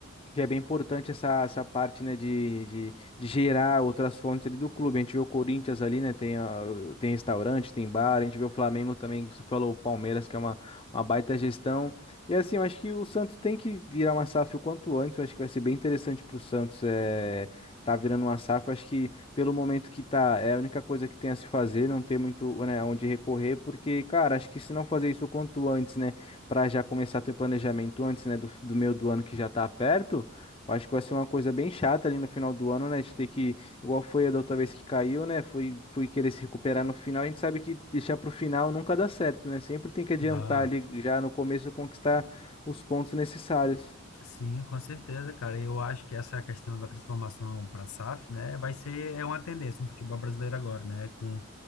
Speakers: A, on the left (about 25°); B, on the left (about 80°).
A: que é bem importante essa, essa parte, né, de, de, de gerar outras fontes ali do clube. A gente vê o Corinthians ali, né, tem, ah, tem restaurante, tem bar. A gente vê o Flamengo também, que você falou, o Palmeiras, que é uma, uma baita gestão. E assim, eu acho que o Santos tem que virar uma SAF o quanto antes. Eu acho que vai ser bem interessante para o Santos é, tá virando uma SAF. Eu acho que pelo momento que tá, é a única coisa que tem a se fazer, não tem muito, né, onde recorrer, porque, cara, acho que se não fazer isso o quanto antes, né, para já começar a ter planejamento antes, né, do, do meio do ano que já tá perto. Eu Acho que vai ser uma coisa bem chata ali no final do ano, né? De ter que, igual foi a da outra vez que caiu, né? Foi, foi querer se recuperar no final. A gente sabe que deixar pro final nunca dá certo, né? Sempre tem que adiantar
B: Ah,
A: ali já no começo conquistar os pontos necessários.
B: sim, com certeza, cara. Eu acho que essa questão da transformação para a SAF, né, vai ser é uma tendência no futebol brasileiro agora, né, com